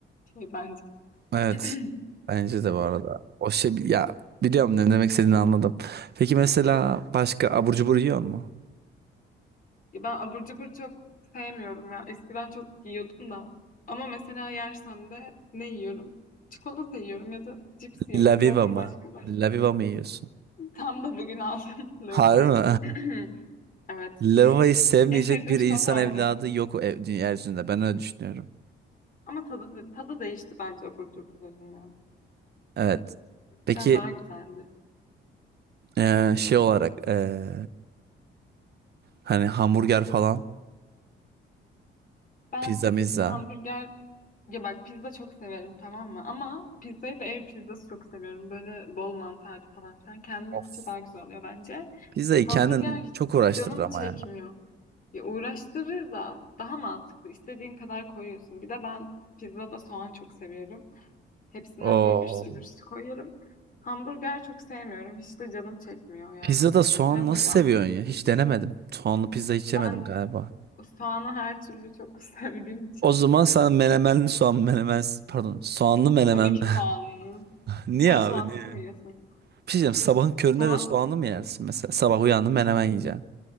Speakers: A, on the left; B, on the right.
A: şey bence.
B: Evet.
A: <clears throat>
B: Bence de bu arada. O şey ya biliyorum ne demek istediğini anladım. Peki mesela başka abur cubur yiyor mu?
A: Ya Ben abur cubur çok sevmiyorum ya. Eskiden çok yiyordum da. Ama mesela yersem de ne yiyorum? Çikolata yiyorum ya da cips yiyorum.
B: Laviva
A: Zaten
B: mı?
A: başka da.
B: Laviva mı yiyorsun?
A: <laughs> Tam da bugün aldım <laughs> lavayı.
B: Harbi mi?
A: <clears throat> Evet.
B: <laughs> Laviva'yı sevmeyecek
A: En sevdiğim
B: bir
A: çikolata
B: insan evladı
A: oydu.
B: yok o ev, dünya yeryüzünde. Ben öyle düşünüyorum.
A: Ama tadı, tadı değişti bence abur cuburların ya.
B: Evet.
A: Eskiden
B: Peki
A: daha güzeldi.
B: eee, şey olarak eee, hani hamburger falan
A: Ben
B: pizza mizza.
A: hamburger ya bak pizza çok severim tamam mı? Ama pizzayı da ev pizzası çok seviyorum. Böyle bol mantarlı falan filan. Kendim
B: Of.
A: yapınca daha güzel oluyor bence.
B: Pizzayı
A: Hamburger
B: kendin
A: hiç
B: çok uğraştırır
A: canım
B: ama
A: çekmiyor.
B: ya.
A: Ya uğraştırır da daha mantıklı. İstediğin kadar koyuyorsun. Bir de ben pizzada soğan çok seviyorum. Hepsinden
B: Oo.
A: böyle bir sürü bir sürü koyarım. Hamburger çok sevmiyorum. Hiç de canım çekmiyor yani.
B: Pizzada soğan
A: Sen seviyor
B: nasıl
A: musun?
B: seviyorsun ya? Hiç denemedim. Soğanlı pizza hiç
A: Ben
B: yemedim galiba.
A: soğanı her türlü çok <laughs> sevdiğim için.
B: O zaman sen menemenli soğan menemen pardon soğanlı menemen
A: Tabii
B: mi?
A: ki soğanlı.
B: <laughs> niye
A: Sen soğansız
B: abi niye?
A: mı yiyorsun?
B: Bir şey diyeceğim sabahın köründe
A: Soğan
B: de soğanlı mı yersin mesela? Sabah uyandın menemen yiyeceksin.